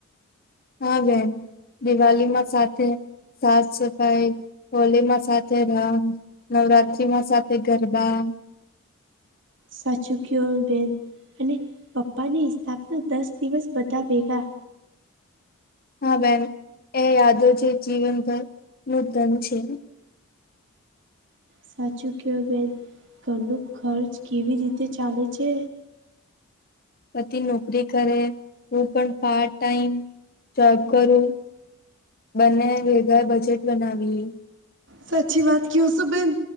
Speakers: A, on the left; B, on the right.
A: હા બેન દિવાલીમાં સાથે સાફ સફાઈ હોલી માં સાથે રંગ નવરાત્રીમાં સાથે ગરબા
B: સાચું ક્યો હો બેન અને બપ્પા સ્થાપના દસ દિવસ બધા ભેગા
A: હા બેન એ યાદો છે જીવનભર નું ધન છે
B: સાચું ક્યો બેન ઘરનું ખર્ચ કેવી રીતે ચાલે છે
A: પતિ નોકરી કરે હું પણ પાર્ટ ટાઈમ જોબ કરું બંને ભેગા બજેટ બનાવીએ
B: સાચી વાત ક્યો શો બેન